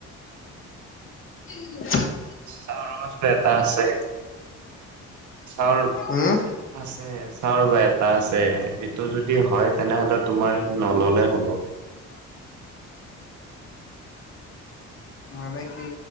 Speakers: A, on the left (about 45°); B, on the right (about 75°).
A: উম
B: চাউৰবা ছোন এটা আছে সটো চউল
A: উম?
B: এটা আছে <unintelligible> চাও বা এটা আছে এইটো যদি হয় তেনেহলে তোমাৰ নললে হ'ব
A: মানে কি